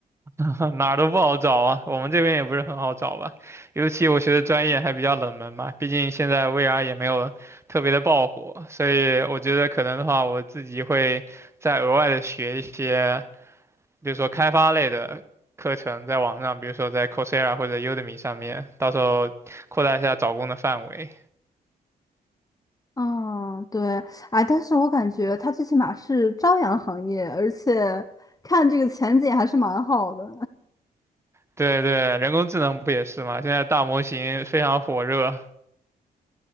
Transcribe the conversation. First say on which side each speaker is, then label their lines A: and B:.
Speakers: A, on the right; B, on the left.
A: <laughs> 哪儿都不好找啊，我们这边也不是很好找吧，尤其我学的专业还比较冷门嘛，毕竟现在 VR 也没有特别的爆火，所以我觉得可能的话，我自己会再额外的学一些，比如说开发类的课程，在网上，比如说在 Coursera 或者 Udemy 上面，到时候扩大一下找工的范围。
B: 嗯，对，哎，但是我感觉它最起码是朝阳行业，而且看这个前景还是蛮好的。
A: 对对，人工智能不也是吗？现在大模型非常火热，